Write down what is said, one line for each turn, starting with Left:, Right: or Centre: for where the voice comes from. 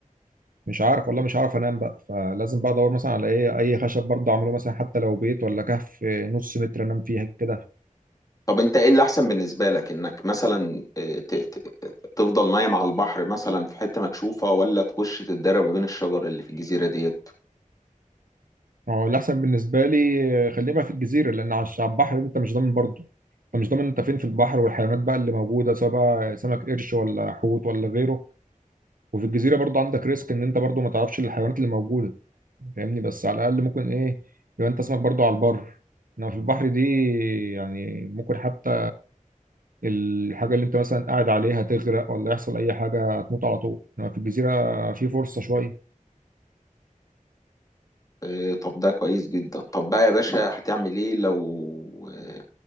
Right: مش عارف والله مش عارف انام بقى فلازم بقى ادور مثلا على ايه اي خشب برضه اعمله مثلا حتى لو بيت ولا كهف نص متر انام فيها كده
Left: طب انت ايه اللي احسن بالنسبه لك انك مثلا آه، ت- ت- تفضل نايم على البحر مثلا في حته مكشوفه ولا تخش تتدرب ما بين الشجر اللي في الجزيره دي
Right: هو الأحسن بالنسبة لي آه، خليه بقى في الجزيرة لأن على الش- على البحر أنت مش ضامن برضه أنت مش ضامن أنت فين في البحر والحيوانات بقى اللي موجودة سواء بقى سمك قرش ولا حوت ولا غيره وفي الجزيرة برضه عندك ريسك إن أنت برضه ما تعرفش الحيوانات اللي موجودة فاهمني بس على الأقل ممكن إيه يبقى أنت اسمك برضه على البر إنما في البحر دي يعني ممكن حتى الحاجة اللي أنت مثلا قاعد عليها تغرق ولا يحصل أي حاجة هتموت على طول إنما في الجزيرة في فرصة شوية
Left: إيه، طب ده كويس جدا طب بقى يا باشا هتعمل ايه لو آه،